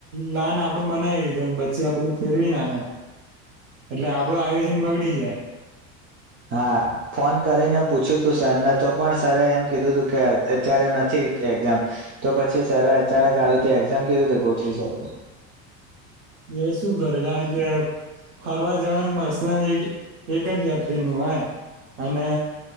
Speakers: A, on the right; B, on the right.
A: લન આપડ બનાવી પ્ચી આ બધું ફેરવી નાખે એટલે આપડું આયોજન બગડી જાય
B: હા ફોન કરીને પૂછ્યું તું સર ને તો પણ સર એમ કીધું તું કે અત્યારે નથી એક્ઝામ તો પછી સર અચાનક આવી રીતે એઝામ કેવી રીતે ગોઠવી શકે
A: એ શું કરે કારણ કે ફરવા જવાનું પર્સનલ એક એક જ વ્યક્તિ નું હોય અને